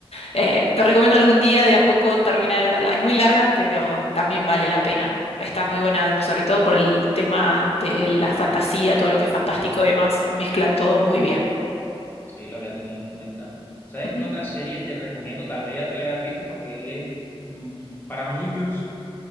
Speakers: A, on the left (about 85°); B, on the left (about 20°).
A: Eh, te recomiendo algún día de a poco terminar de verla. Es muy larga, pero también vale la pena. Está muy buena, sobre todo por el tema de la fantasía, todo lo que es fantástico y demás, mezcla todo muy bien.
B: Sí, la voy a tener en cuenta. ¿Sabes
A: Ujú.
B: qué otra serie te recomiendo? Tal vez ya te la hayas visto porque es, mm, para muchos